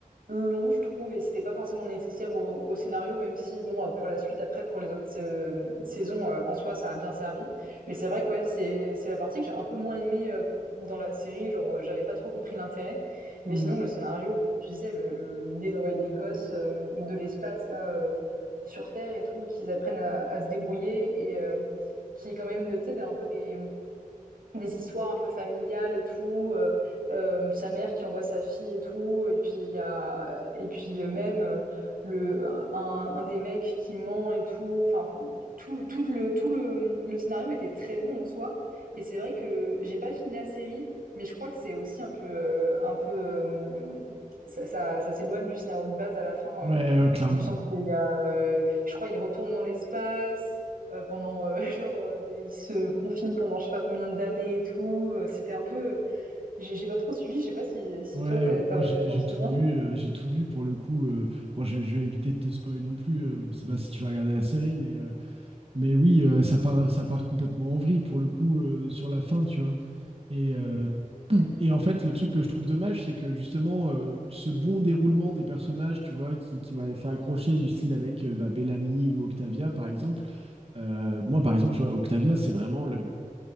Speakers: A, on the right; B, on the right.
A: long, je trouve, et c'était pas forcément nécessaire au, au scénario, même si bon, euh, pour la suite, après, pour les autres euh, saisons, euh, en soi, ça a bien servi. Mais c'est vrai que ouais, c'est c'est la partie que j'ai un peu moins aimée euh, dans la série. Genre, euh, j'avais pas trop compris l'intérêt. Mais
B: Mm.
A: sinon, le scénario, comme tu disais, le- le- l'idée d'envoyer des gosses euh, de l'espace là, euh, sur Terre et tout, qu'ils apprennent à, à se débrouiller et euh, qui est quand même, tu sais, un peu des des histoires un peu familiales et tout, euh, euh, sa mère qui envoie sa fille et tout, et puis il y a et puis euh, même euh, le un, un des mecs qui ment et tout, enfin tout, tout le tout le, le scénario était très bon en soi et c'est vrai que j'ai pas fini la série mais je crois que c'est aussi un peu euh, un peu euh, ça, ça, ça s'éloigne du scénario de base à la fin
B: Ouais,
A: euh,
B: ouais, clairement.
A: il me semble qu'il y a euh, je crois il retourne dans l'espace euh, pendant euh, <laughs> genre euh, ils se confinent pendant je sais pas combien d'années et tout. Euh, C'était un peu, euh, j'ai j'ai pas trop suivi. Je sais pas si si
B: Ouais,
A: toi t'as- t'as-
B: moi j'ai
A: tu t'en
B: j'ai
A: souviens.
B: tout vu, euh, j'ai tout vu pour le coup. euh, bon, je, je vais éviter de te spoiler non plus. euh, on sait pas si tu vas regarder la série, mais euh, mais oui, euh, ça part ça part complètement en vrille pour le coup euh, sur la fin, tu vois. Et euh, et en fait, le truc que je trouve dommage, c'est que justement euh, ce bon déroulement des personnages, tu vois, qui qui m'avait fait accrocher du style avec euh, bah, Bellamy ou Octavia par exemple. Euh, moi par exemple, tu vois, Octavia, c'est vraiment le